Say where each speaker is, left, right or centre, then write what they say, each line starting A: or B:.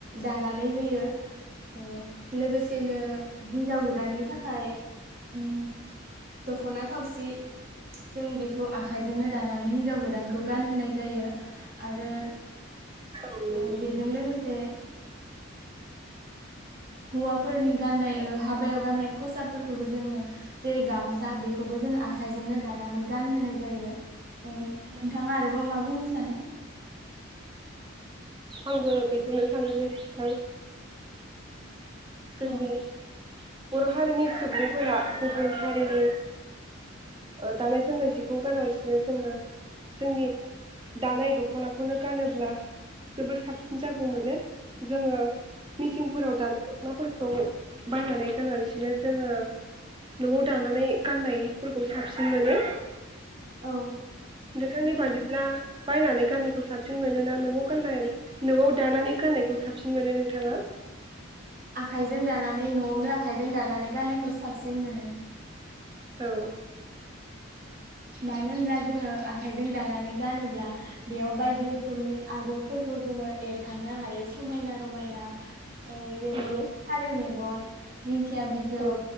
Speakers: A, on the right; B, on the right.
A: दानानै होयो ओ लोगोसेनो हिनजाव गोदाननि थाखाय ओम दखना थावसि जों बेखौ आखाइजोंनो दानानै हिन्जाव गोदानखौ गानहोनाय जायो आरो
B: औ नंगौ
A: ओ बेजों लोगोसे हौवाफोरनि गाननाय ओ हाबायाव गाननाय खसाबफोरखौबो जोङो जेरै गामसा बेखौबो जों आखाइजोंनो दानानै गानहोनाय जायो ओ नोंथाङा आरोबाव मा बुंनो सानो
B: आंबो बेखौनो सानो जे नोंथां जोंनि
A: औ
B: बर' हारिनि सुबुंफोरा गुबुन हारिनि ओ दानाय जोमनाय जिखौ गानालासिनो जोङो जोंनि दानाय दख'नाखौनो गानोब्ला जोबोद साबसिन जागौ मोनो जोङो मिसिंफोराव दानाय दखनाफोरखौ बायनानै गानालासिनो जोङो नआव दानानै गाननायफोरखौ साबसिन मोनो
A: औ।
B: नोंथांनि बादिब्ला बायनानै गाननायखौ साबसिन मोनोना न'आव ख <unintelligible> न'आव दानानै गाननायखौ साबसिन मोनो नोंथाङा?
A: आखाइजों दानानै न'आवनो आखाइजों दानानै गाननायखौ साबसिन मोनो।
B: औ।
A: मानो होनब्ला जोङो आखाइजों दानानै गानोब्ला बेयाव बायदि रोखोमनि आगरफोरखौ जोङो एरखांनो हायो समायना रमायना ओ जेरै
B: नंगौ
A: फारेव मे गन दिंखि या बिजौ
B: औ